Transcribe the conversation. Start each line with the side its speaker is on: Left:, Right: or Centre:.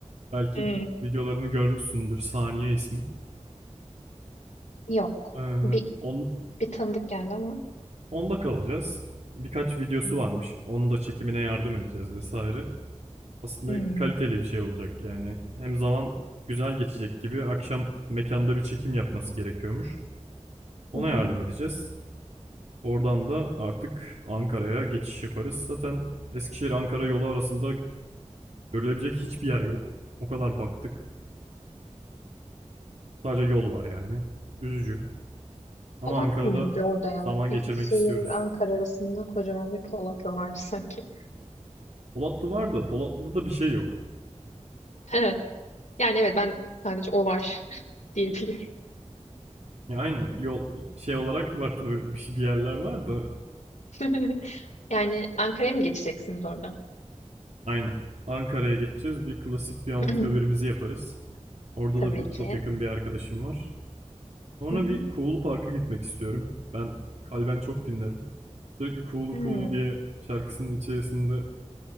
Right: Belki
Left: Hmm.
Right: videolarını görmüşsündür. Saniye ismi.
Left: yok
Right: Ee,
Left: bir
Right: on,
Left: bir tanıdık geldi ama
Right: Onda kalacağız. Birkaç videosu
Left: Hmm.
Right: varmış. Onu da çekimine yardım edeceğiz vesaire. Aslında
Left: Hmm.
Right: kaliteli bir şey olacak yani. Hem zaman güzel geçecek gibi akşam mekanda bir çekim yapması gerekiyormuş. Ona
Left: Hı
Right: yardım
Left: hı.
Right: edeceğiz. Oradan da artık Ankara'ya geçiş yaparız. Zaten Eskişehir-Ankara yolu arasında görülebilecek hiçbir yer yok. O kadar baktık. Sadece yol var yani. Üzücü. Ama
Left: Polatlı
Right: Ankara'da
Left: mıydı orada ya?
Right: zaman
Left: Eskişehir,
Right: geçirmek istiyoruz.
Left: Ankara arasında kocaman bir Polatlı vardı sanki.
Right: Polatlı var da Polatlı'da da bir şey yok.
Left: He. Yani evet ben sadece o var <laughs> diyebiliyorum.
Right: Ya aynen yol şey olarak var tabii bir, şey- bir yerler var da
Left: <laughs> Yani Ankara'ya mı geçeceksiniz orada?
Right: aynen. Ankara'ya geçeceğiz. Bir klasik bir Anıtkabir'imizi
Left: <clears throat>
Right: yaparız. Orada
Left: Tabii
Right: da bir,
Left: ki.
Right: çok yakın bir arkadaşım var. Sonra
Left: Hı hı.
Right: bir Kuğulu Park'a gitmek istiyorum. Ben kalben çok dinlerim. Sürekli Kuğulu
Left: Hmm.
Right: Kuğulu diye şarkısının içerisinde